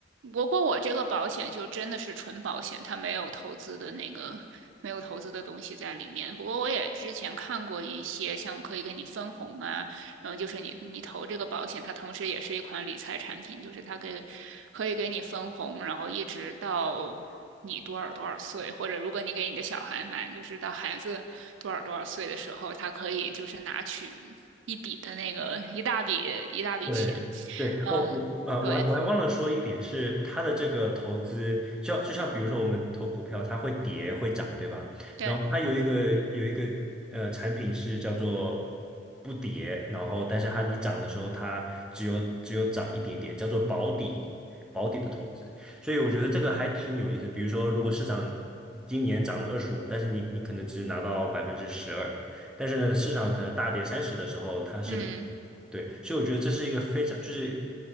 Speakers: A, on the right (about 85°); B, in the centre.
A: 不过我这个保险就真的是纯保险，它没有投资的那个。没有投资的东西在里面，不过我也之前看过一些像可以给你分红啊，嗯，就是你你投这个保险，它同时也是一款理财产品，就是它可以可以给你分红，然后一直到你多少多少岁，或者如果你给你的小孩买，就是到孩子多少多少岁的时候，它可以就是拿取一笔的那个一大笔一大笔钱。
B: 对对哦，
A: 嗯，
B: 我呃，
A: 对
B: 我还我还忘了说一点是，它的这个投资，就像就像比如说我们投股票，它会跌会涨，对吧？
A: 对，
B: 然后它有一个有一个呃产品是叫做不跌，然后但是它你涨的时候，它只有只有涨一点点，叫做保底保底的投资。所以我觉得这个还挺有意思。比如说，如果市场今年涨了二十五，但是你你可能只拿到百分之十二，但是呢，市场可能大跌三十的时候，它是嗯
A: 嗯。
B: 对，所以我觉得这是一个非常，就是